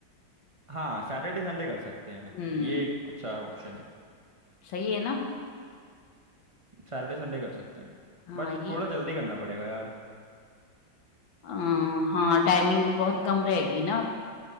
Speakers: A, on the right; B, on the left.
A: हाँ सैटरडे संडे कर सकते हैं
B: हम्म
A: ये एक अच्छा ऑप्शन है
B: सही है ना
A: सैटरडे संडे कर सकते हैं
B: हाँ
A: बट
B: ये
A: थोड़ा जल्दी करना पड़ेगा यार
B: आ, हाँ टाइमिंग भी बहुत कम रहेगी ना